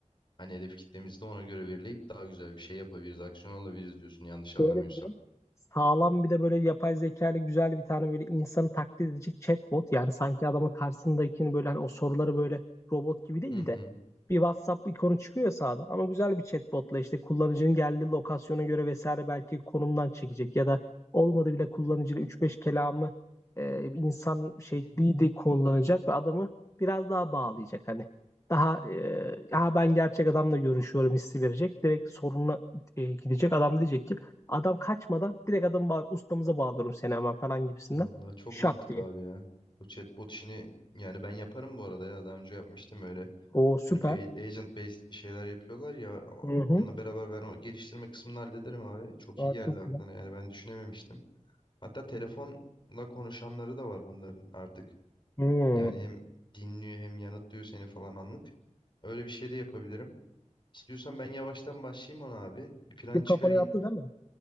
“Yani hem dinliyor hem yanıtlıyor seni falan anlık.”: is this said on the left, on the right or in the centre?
Left